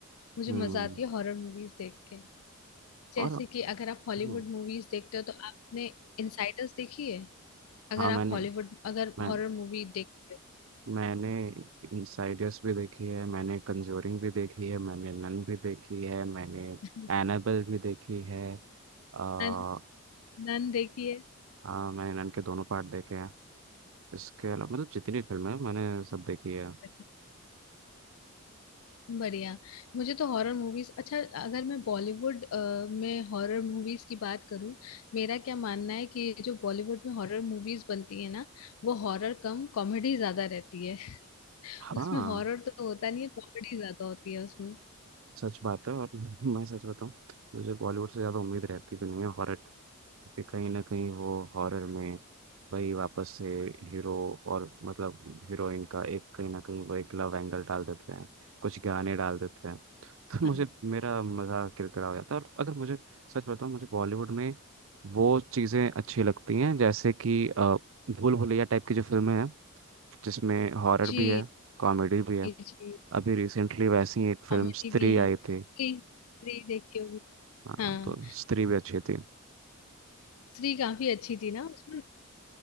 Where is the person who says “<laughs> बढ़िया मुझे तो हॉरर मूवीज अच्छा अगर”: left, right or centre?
Left